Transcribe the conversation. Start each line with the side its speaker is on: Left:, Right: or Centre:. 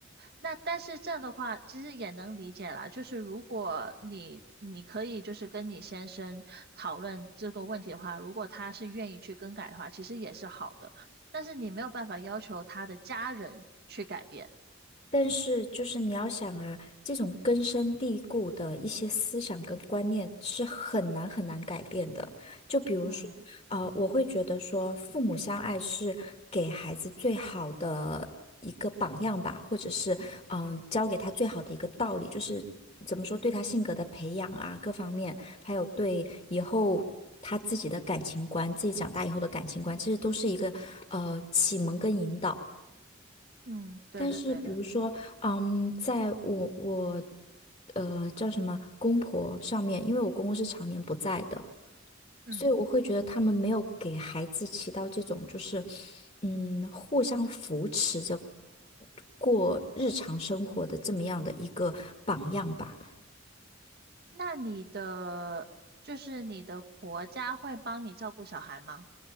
Right: 那但是这样的话，其实也能理解啦。就是如果你你可以就是跟你先生讨论这个问题的话，如果他是愿意去更改的话，其实也是好的。但是你没有办法要求他的家人去改变。
Left: 但是，就是你要想啊，这种根深蒂固的一些思想跟观念是很难很难改变的。就比如说，
Right: 嗯
Left: 呃，我会觉得说，父母相爱是给孩子最好的一个榜样吧，或者是嗯、呃教给他最好的一个道理，就是怎么说对他性格的培养啊，各方面，还有对以后他自己的感情观，自己长大以后的感情观，其实都是一个呃启蒙跟引导。
Right: 嗯，对的对的。
Left: 但是比如说，嗯，在我我呃叫什么公婆上面，因为我公公是常年不在的，
Right: 嗯，
Left: 所以我会觉得他们没有给孩子起到这种就是嗯互相扶持着过日常生活的这么样的一个榜样吧。
Right: 那你的就是你的婆家会帮你照顾小孩吗？